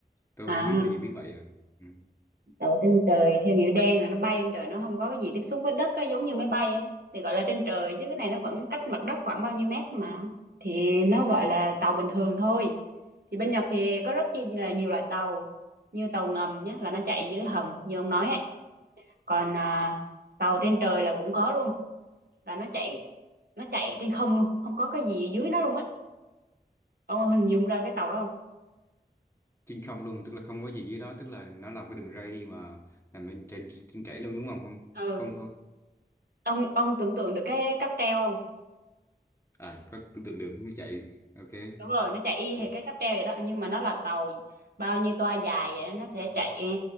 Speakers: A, on the left; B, on the right.
A: tôi
B: à.
A: không biết tôi chỉ biết vậy à ừ.
B: đậu trên trời theo nghĩa đen là nó bay trên trời nó không có cái gì tiếp xúc với đất á, giống như máy bay á thì gọi là trên trời chứ cái này nó vẫn cách mặt đất khoảng bao nhiêu mét thôi mà thì nó gọi là tàu bình thường thôi thì bên Nhật thì có rất chi là nhiều loại tàu như tàu ngầm nhé là nó chạy dưới hầm như ông nói ấy còn à, tàu trên trời là cũng có luôn là nó chạy nó chạy trên không luôn không có cái gì dưới nó luôn á ông hình dung ra cái tàu đó không
A: trên không luôn tức là không có gì dưới đó tức là nó làm cái đường ray mà nằm bên trên trên chảy luôn đúng không không
B: ừ
A: không có
B: ông ông tưởng tượng được cái cáp treo không
A: à có tưởng tượng được nó chạy ok
B: đúng rồi nó chạy y
A: Vậy.
B: hệt cái cáp treo vậy đó nhưng mà nó là tàu bao nhiêu toa dài vậy nó sẽ chạy e,